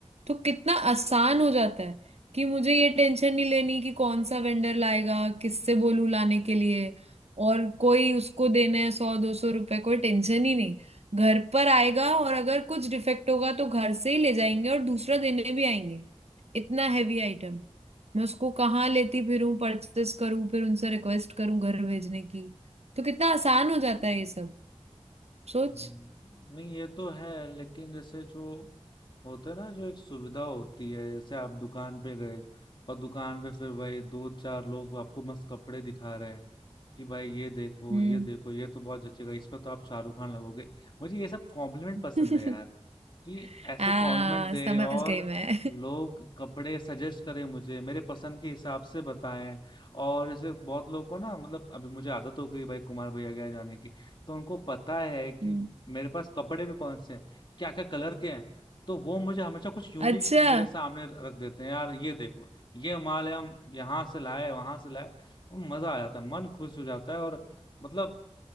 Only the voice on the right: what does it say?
तो कितना आसान हो जाता है कि मुझे ये टेंशन नहीं लेनी कि कौन सा वेंडर लाएगा किससे बोलूं लाने के लिए और कोई उसको देना है सौ दो सौ रुपए कोई टेंशन ही नहीं घर पर आएगा और अगर कुछ डिफेक्ट होगा तो घर से ही ले जाएंगे और दूसरा देने भी आएंगे इतना हैवी आइटम मैं उसको कहाँ लेती फिरूं परचेस करूं फिर उनसे रिक्वेस्ट करूं घर भेजने की तो कितना आसान हो जाता है ये सब सोच
हम्म
<laughs>
आ
समझ
गई मैं
हम्म,
अच्छा